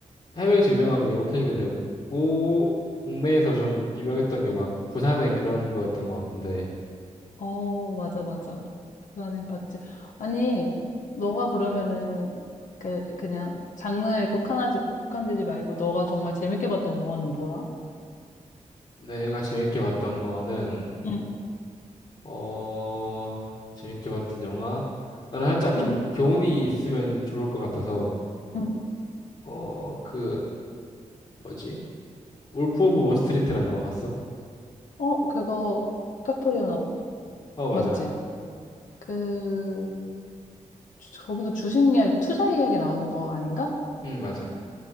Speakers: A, on the left; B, on the left.
A: 해외에서 유명한 게 워킹 데드었고 국내에서 좀 유명했던 게 막 부산행 그런 거였던 것 같은데
B: 어, 맞아, 맞아. 불가능 봤지. 아니, 너가 그러면은, 그, 그냥 장르에 국한하지, 국한되지 말고 너가 정말 재밌게 봤던 영화는 뭐야?
A: 내가 재밌게 봤던 거는
B: 응,
A: 어, 재밌게 봤던 영화? 나는 살짝 좀
B: 응,
A: 교훈이 있으면 좋을 것 같아서,
B: 응.
A: 어, 그, 뭐지? 울프 오브 월스트리트란 영화 봤어?
B: 어, 그거, 카프리오 나온,
A: 어, 맞아.
B: 맞지? 그, 주- 거기서 주식 이야기, 투자 이야기 나오는 거 아닌가?
A: 응, 맞아.